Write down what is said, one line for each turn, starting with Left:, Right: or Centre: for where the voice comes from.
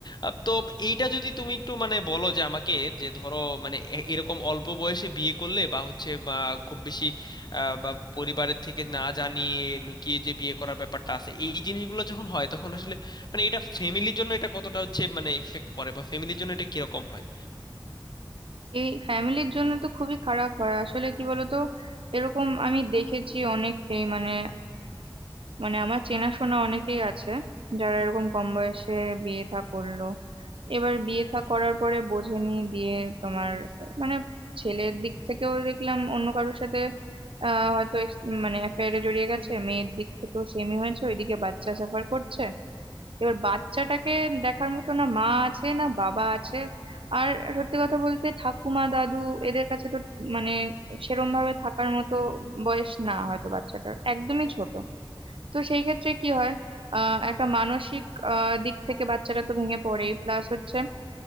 Left: আহ, তো এইটা যদি তুমি একটু মানে বলো যে আমাকে যে ধরো মানে এ- এরকম অল্প বয়সে বিয়ে করলে বা হচ্ছে বা খুব বেশি আহ, বা পরিবারের থেকে না জানিয়ে লুকিয়ে যে বিয়ে করার ব্যাপারটা আছে এই জিনিসগুলো যখন হয় তখন আসলে মানে এটা ফ্যামিলির জন্য এটা কতটা হচ্ছে মানে ইফেক্ট পড়ে বা ফ্যামিলির জন্য এটা কিরকম হয়
Right: এই ফ্যামিলির জন্য তো খুবই খারাপ হয় আসলে কি বলতো এরকম আমি দেখেছি অনেককেই মানে মানে আমার চেনাশোনা অনেকেই আছে যারা এরকম কম বয়সে বিয়ে থা করলো এবার বিয়ে থা করার পরে বোঝেনি দিয়ে তোমার আহ, মানে ছেলের দিক থেকেও দেখলাম অন্য কারোর সাথে আহ হয়তো ex- মানে অ্যাফেয়ারে জড়িয়ে গেছে মেয়ের দিক থেকেও সেমই হয়েছে ওইদিকে বাচ্চা সাফার করছে এবার বাচ্চাটাকে দেখার মতো না মা আছে না বাবা আছে আর সত্যি কথা বলতে ঠাকুমা দাদু এদের কাছে তো মানে সেরম ভাবে থাকার মতো বয়স না হয়তো বাচ্চাটার একদমই ছোট তো সেই ক্ষেত্রে কি হয় আহ একটা মানসিক আহ দিক থেকে বাচ্চারা তো ভেঙে পড়েই প্লাস হচ্ছে